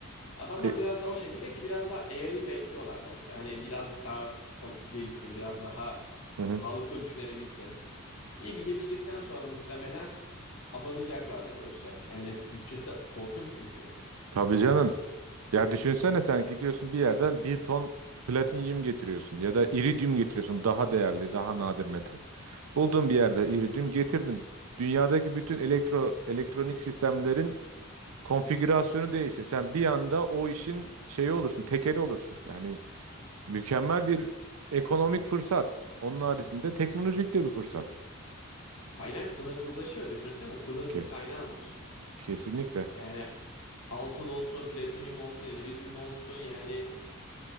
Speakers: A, on the left; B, on the right.
A: Adamlar
B: E,
A: biraz daha o şekilde ki biraz daha AI'yı bekliyorlar bence. Hani birazcık daha kal- gelişsin, biraz daha
B: hı hı.
A: sağlıklı düşünebilsin. İyi bir geliştikten sonra muhtemelen abanacaklardır o işe. Yani bütçesi korkunç çünkü
B: Tabii
A: kazancı.
B: canım. Ya düşünsene sen gidiyorsun bir yerden bir ton platinyum getiriyorsun ya da iridyum getiriyorsun daha değerli daha nadir metal. Buldun bir yerde iridyum getirdin. Dünyadaki bütün elektro elektronik sistemlerin konfigürasyonu değişir. Sen bir anda o işin şeyi olursun, tekeli olursun. Yani mükemmel bir ekonomik fırsat. Onun haricinde teknolojik de bir fırsat.
A: Kaynak sınırsızlaşıyor düşünsene. Sınırsız
B: Kes,
A: kaynağın var.
B: kesinlikle.
A: Yani altın olsun, platinyum olsun, iridyum olsun yani